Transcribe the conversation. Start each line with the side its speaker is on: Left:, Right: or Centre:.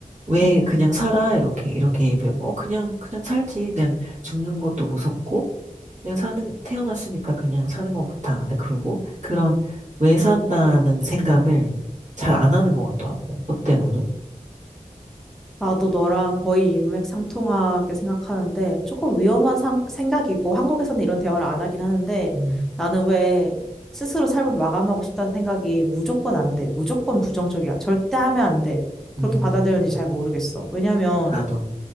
Right: 왜
Centre: 음.
Right: 그냥 살아? 이렇게 이렇게 얘기하면 어 그냥 그냥 살지. 그냥 죽는 것도 무섭고 그냥 사는 태어났으니까 그냥 사는 것 같아. 근데 그러고 그런 왜 산다는 생각을 잘 안 하는 것 같더라고. 그때로는
Centre: 나도 너랑 거의 인맥상통하게 생각하는데, 조금 위험한 상, 생각이고, 한국에서는 이런 대화를 안 하긴 하는데,
Right: 음,
Centre: 나는 왜 스스로 삶을 마감하고 싶다는 생각이 무조건 안 돼. 무조건 부정적이야. 절대 하면 안 돼.
Right: 음,
Centre: 그렇게 받아들였는지 잘 모르겠어. 왜냐면,
Right: 나도